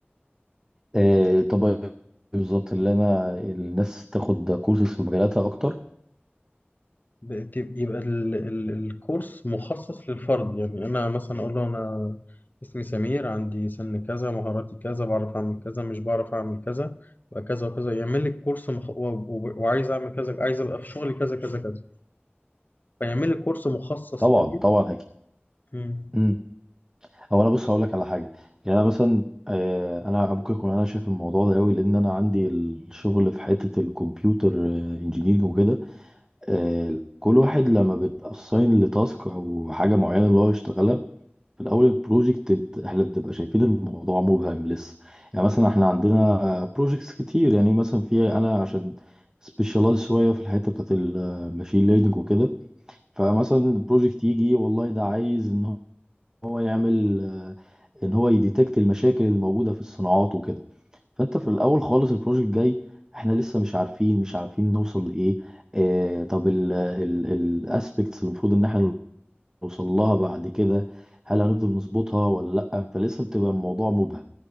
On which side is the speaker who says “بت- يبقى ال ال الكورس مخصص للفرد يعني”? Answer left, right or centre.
Left